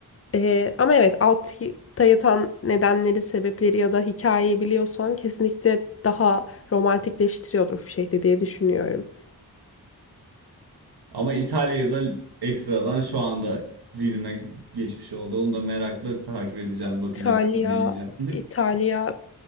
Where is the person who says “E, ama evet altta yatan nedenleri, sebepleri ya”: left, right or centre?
Left